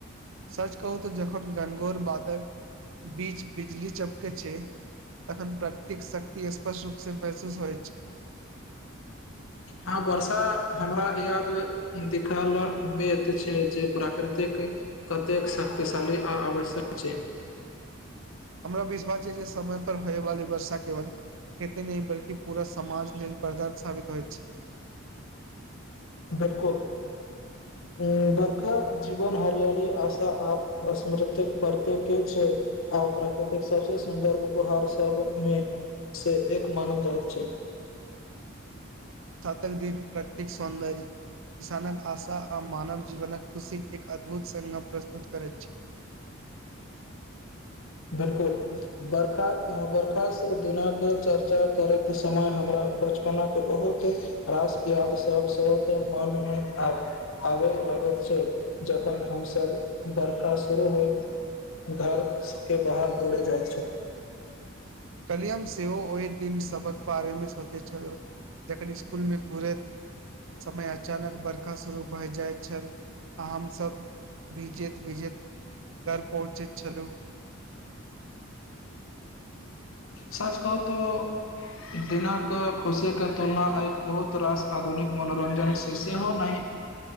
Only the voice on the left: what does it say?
हँ वर्षा हमरा याद दिल छै जे प्राकृतिक कतेक शक्तिशाली आ आवश्यक छै
बिलकुल ह बर्खा जीवन हरियली आशा आ अमृत प्रत्यके छै आ प्राकृतिक सबस सुन्दर उपहार सबमे से एक मानव जाइत छै
बिलकुल बर्खा बर्खास्त दिनक चर्चा कर के समय हमरा बचपन के बहुत रास याद सब सतः मनमे आबय लगैत छै जखन हमसभ बर्खा सुुरू होइतइत घर स के बाहर दौड़ जाइ
साच कहू त दिनक खुशीके तुलना आ बहुत रास आधुनिक मनोरञ्जनसँ सेहो नहि